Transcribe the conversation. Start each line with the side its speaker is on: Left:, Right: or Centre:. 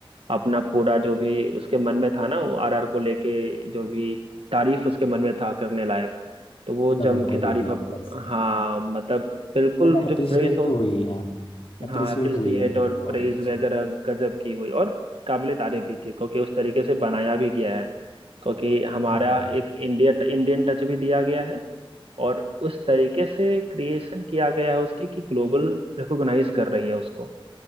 Right: अपना पूरा जो भी उसके मन में था ना वो आरआर को लेके जो भी तारीफ उसके मन में था करने लायक तो वो
Left: तब
Right: जम
Left: उनको
Right: के
Left: दे
Right: तारीफ
Left: दी
Right: अप,
Left: पर्सन
Right: हाँ मतलब बिल्कुल
Left: पता है अप्रिशिएट
Right: जो प्रेज हो
Left: तो हुई हाँ अप्रिशिएट
Right: हाँ अप्रिसिएट
Left: हुई है मूवी
Right: और
Left: बहुत
Right: प्रेज
Left: अच्छी
Right: वगैरह गजब की हुई और काबिले तारीफ भी थी क्योंकि उस तरीके से बनाया भी गया है क्योंकि हमारा
Left: हम्म
Right: एक इंडिया इंडियन टच भी दिया गया है और उस तरीके से क्रिएशन किया गया है उसकी कि ग्लोबल रिकॉग्नाइज कर रही है उसको